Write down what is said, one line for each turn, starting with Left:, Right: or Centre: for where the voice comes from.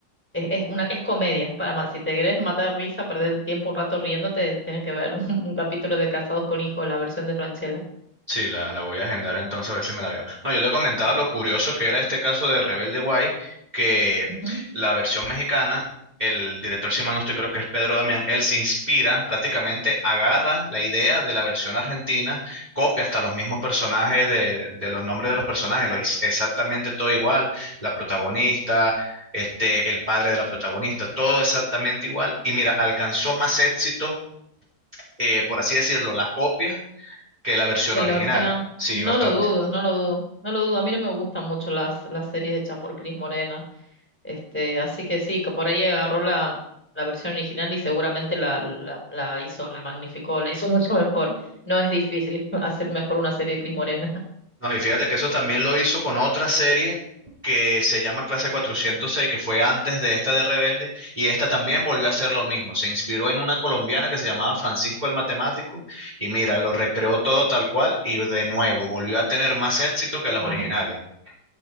Centre: es, es una, es comedia. Para ma- si te querés matar risa, perder el tiempo un rato riéndote, tienen que ver <laughs> un capítulo de Casados con Hijos, la versión de Franchella
Right: Sí, la, la voy a agendar entonces a ver si me la veo. No, yo te comentaba lo curioso que era este caso de Rebelde Way, que
Centre: Ujú.
Right: la versión mexicana, el director, si mal no estoy, creo que es Pedro Damián, él se inspira, prácticamente agarra la idea de la versión argentina, copia hasta los mismos personajes, de, de los nombres de los personajes, lo, hiz- exactamente todo igual, la protagonista. Este, el padre de la protagonista, todo exactamente igual. Y mira, alcanzó más éxito eh, por así decirlo, la copia que la versión
Centre: De
Right: original.
Centre: la original.
Right: Sí,
Centre: No
Right: bastante.
Centre: lo dudo, no lo dudo, no lo dudo. A mí no me gustan mucho las, las series hechas por Cris Morena Este, así que sí, que por ahí agarró la, la versión original y seguramente la, la, la hizo, la magnificó, la hizo <laughs> mucho mejor. No es difícil <laughs> hacer mejor una serie de Cris Morena, <laughs>
Right: No, y fíjate que eso también lo hizo con otra serie que se llama Clase 406, que fue antes de esta de Rebelde, y esta también volvió a hacer lo mismo. Se inspiró en una colombiana que se llamaba Francisco el Matemático, y mira, lo recreó todo tal cual, y de nuevo volvió a tener más éxito que las
Centre: más
Right: originales.
Centre: ex.
Right: O